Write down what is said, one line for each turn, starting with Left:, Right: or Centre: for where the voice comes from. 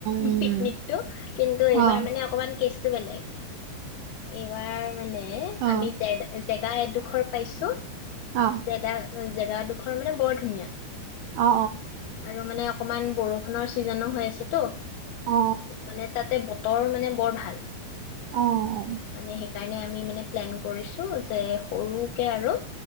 Right: উম
Left: পিকনিকটো কিন্তু এইবাৰ
Right: অ
Left: মানে অকমান কেচ ষ্টমেলাই এইবাৰ মানে
Right: অ
Left: আমি জেগা এডোখৰ পাইছো।
Right: অ
Left: জেদা জেগাডোখৰ মানে বৰ ধুনীয়া।
Right: অ
Left: আৰু মানে অকমান বৰষুণৰ ছিজনো হৈ আছেতো।
Right: অ অ অ
Left: মানে তাতে ব তৰ মানে বৰ ভাল।
Right: অ', অ'।
Left: মানে সেইকাৰণে আমি মানে প্লেন কৰিছোঁ যে সৰুকৈ আৰু